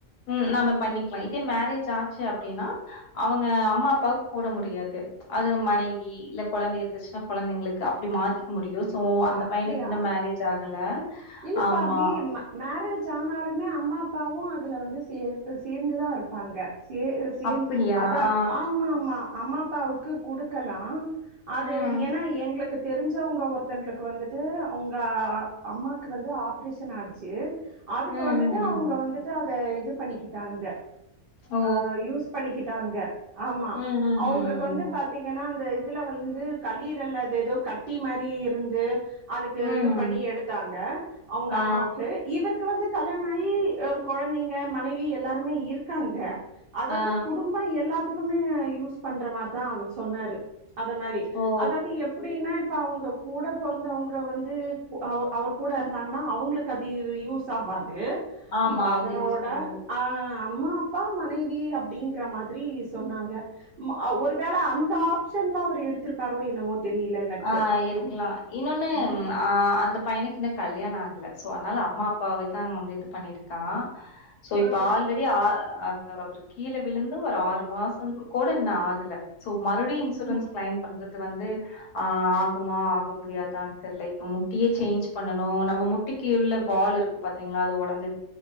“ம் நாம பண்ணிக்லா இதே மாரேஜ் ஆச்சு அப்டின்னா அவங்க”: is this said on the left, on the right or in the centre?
Left